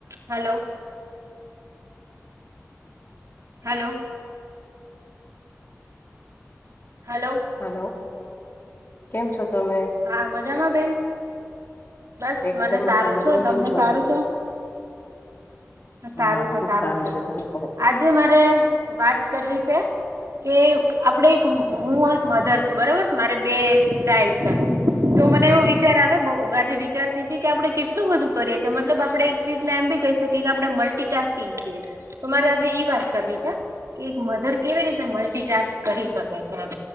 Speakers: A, on the right (about 70°); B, on the left (about 45°).
A: હલો હલો હલો
B: હલો કેમ છો તમે
A: હા મજામાં બેન બસ
B: એકદમ
A: મને
B: મજામાં
A: સારું છો
B: તમે
A: તમને
B: કેમ
A: સારું છે સારું
B: હા
A: છે
B: ખુબ
A: સારું છે
B: તમે કહો
A: આજે મારે વાત કરવી છે કે આપણે એક હું એક મધર છું બરોબર મારે બે ચાઇલ્ડ છે તો મને એવું વિચાર આવ્યો બહુ આજે વિચારતી હતી કે આપણે કેટલું બધું કરીએ છીએ મતલબ આપણેે <unintelligible> એમ બી કહી શકીએ કે આપણે મલ્ટિટાસ્કિંગ છીએ તો મારે આજે ઈ વાત કરવી છે કે એક મધર કેવી રીતે મલ્ટીટાસ્ક કરી શકે છે એમ